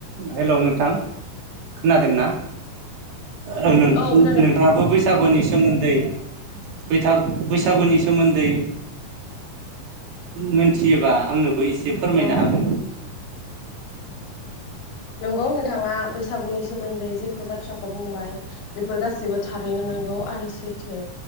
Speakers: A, on the right; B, on the left.
A: हेल' नोंथां खोनादोंना औ नोंथाङाबो
B: खोनादों
A: बैसागुनि सोमोन्दै बैथा बैसागुनि सोमोन्दै मोनथियोबा आंनोबो एसे फोरमायनो
B: औ
A: हागोन
B: नंगौ नोंथाङा बैसागुनि सोमोन्दै जेफोर बाथ्राखौ बुंबाय बेफोर गासैबो थारैनो नंगौ आरो सैथो